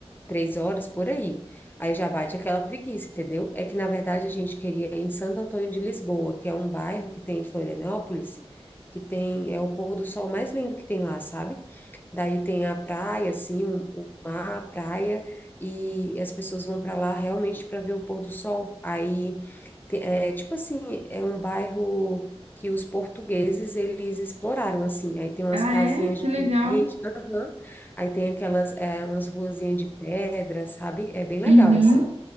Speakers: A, on the left; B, on the right.
A: três horas, por aí. Aí já bate aquela preguiça, entendeu? É que, na verdade, a gente queria ir em Santo Antônio de Lisboa, que é um bairro que tem em Florianópolis, que tem, é o pôr do sol mais lindo que tem lá, sabe? Daí tem a praia, assim, um- o mar, a praia, e as pessoas vão para lá realmente para ver o pôr do sol. Aí, te- é tipo assim, é um bairro que os portugueses, eles exploraram, assim. Aí tem umas
B: Ah,
A: casinhas
B: é? Que legal.
A: diferentes, aham. Aí tem aquelas, é, umas ruazinhas de pedra, sabe? É bem legal,
B: Uhum.
A: assim.